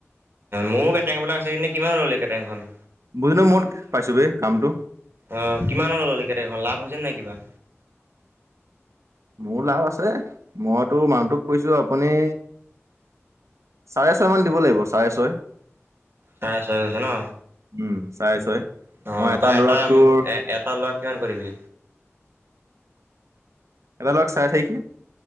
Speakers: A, on the right (about 50°); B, on the right (about 80°).
A: মোৰো কেটাৰিংবিলাক আছে এনে কিমান ল'লি কেটাৰিংখন।
B: <unintelligible> পাইছোঁ বে কামটো।
A: অ' কিমানত ল'লি কেটেৰিংখন লাভ হৈছে নাই কিবা।
B: মোৰ লাভ আছে মইতো মাহুহটোক কৈছো আপুনি চাৰে ছয়মান দিব লাগিব চাৰে ছয়
A: চাৰে আ চয় গৈছে ন
B: উম চাই চয়
A: অঁ
B: মই এটা
A: তই
B: লৰাকটোৰ
A: এটা লোৱা কিমান কৰিবি
B: এটাালক চাই চাইখে